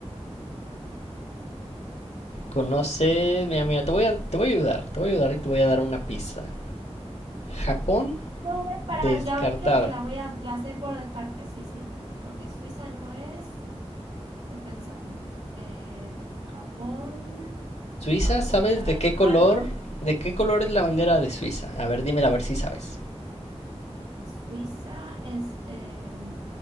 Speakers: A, on the left; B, on the right.
A: Conoces, mira, mira, te voy a, te voy a ayudar, te voy a ayudar y te voy a dar una pista. Japón,
B: No, es para,
A: descartada.
B: la- creo que la voy a la hacer por descarte, sí, sí, porque Suiza no es. Estoy pensando. Eh, Japón,
A: Suiza,
B: tampoco,
A: ¿sabes
B: ya la
A: de qué
B: descarto.
A: color? ¿De qué color es la bandera de Suiza? A ver, dímela a ver si sabes.
B: Suiza es eh,